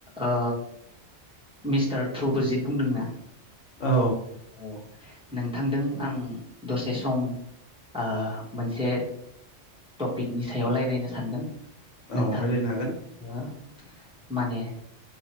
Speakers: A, in the centre; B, on the left (about 75°).
A: ओ मिस्टार ट्रुबुजित बुंदोंना?
B: औ
A: औ नोंथांदों आं दसे सम ओ मोनसे टपिकनि सायाव रायलायनो सानदों। नोंथां
B: औ रायलायनो हागोन।
A: ओ माने